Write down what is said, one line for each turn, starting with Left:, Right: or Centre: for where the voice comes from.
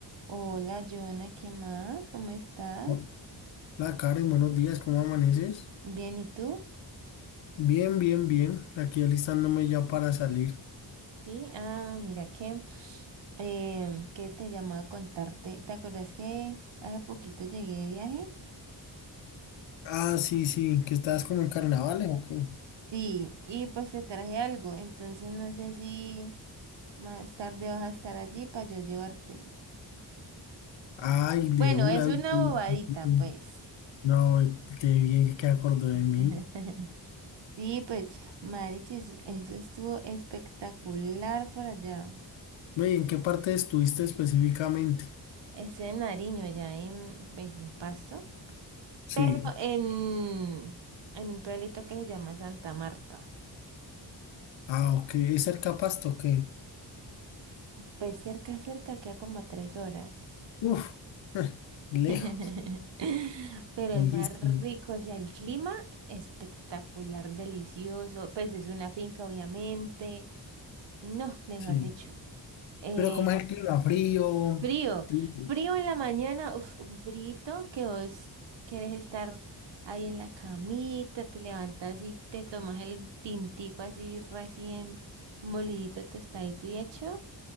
Right: Hola, Joana, ¿qué más? ¿Cómo estás?
Left: Hola Karen, buenos días, ¿cómo amaneces?
Right: Bien, ¿y tú?
Left: Bien, bien, bien. Aquí alistándome ya para salir.
Right: Sí, ah, mira que, eh, que te llamaba a contarte. ¿Te acuerdas que hace poquito llegué de viaje?
Left: Ah, sí, sí, que estás como en carnavales, o qué?
Right: Sí, y pues te traje algo, entonces no sé si más tarde vas a estar allí para yo llevártelo.
Left: Ay,
Right: Bueno,
Left: de una.
Right: es una
Left: y- y-
Right: bobadita,
Left: y- y-
Right: pues.
Left: No, eh, qué bien que acordó de mí.
Right: <laughs> Sí, pues, Marichis, eso estuvo espectacular por allá.
Left: Oye, ¿en qué parte estuviste específicamente?
Right: Eso en Nariño, allá en, en Pasto.
Left: Sí.
Right: Pero en, en un pueblito que se llama Santa Marta.
Left: Ah, ok. ¿Es cerca a Pasto? Ok.
Right: Pues cerca, cerca, queda como a tres horas.
Left: Uf, <laughs> lejos,
Right: <laughs> Pero
Left: lejísimo.
Right: es más rico, o sea, el clima espectacular, delicioso. Pues es una finca, obviamente. No, mejor
Left: Sí.
Right: dicho. eh,
Left: Pero como es el clima frío.
Right: Frío,
Left: Sí.
Right: frío en la mañana, uf, un frito que vos quieres estar ahí en la camita, te levantas y te tomas el tintico así recién molidito, tostadito y hecho,